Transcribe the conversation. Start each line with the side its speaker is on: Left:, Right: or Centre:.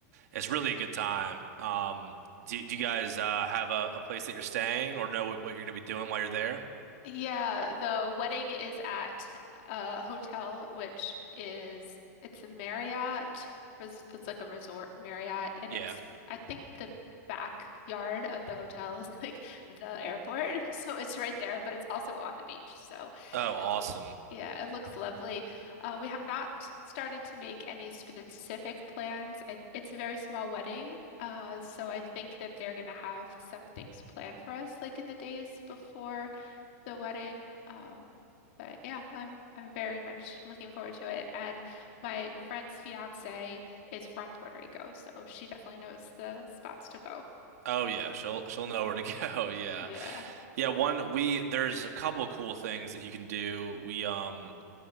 Right: It's really a good time. Um, do, do you guys uh, have a, a place that you're staying or know what, what you're gonna be doing while you're there?
Left: Yeah, the wedding is at a hotel, which is it's a Marriott. res- It's like a resort Marriott, and
Right: Yeah.
Left: it's I think the backyard of the hotel is <laughs> like the airport, <laughs> so it's right there, but it's also on the beach. So,
Right: Oh, awesome.
Left: it, lo- yeah, it looks lovely. Uh, we have not started to make any specific plans. I, it's a very small wedding, uh, so I think that they're gonna have some things planned for us, like in the days before the wedding. Um, but yeah, I'm I'm very much looking forward to it. And my friend's fiance is from Puerto Rico, so she definitely knows the spots to go.
Right: Oh yeah, she'll she'll know where to <laughs> go. Yeah.
Left: Yeah.
Right: Yeah, one we there's a couple of cool things that you can do. We um